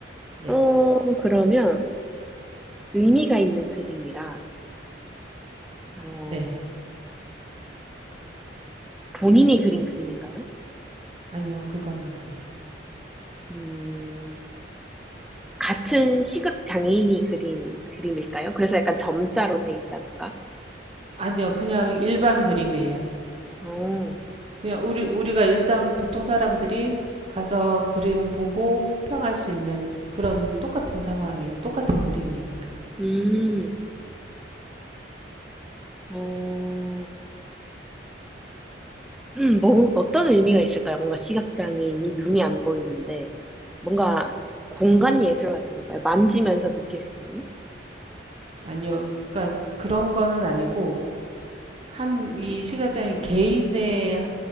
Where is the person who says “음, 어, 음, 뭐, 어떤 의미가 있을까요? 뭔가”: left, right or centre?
Centre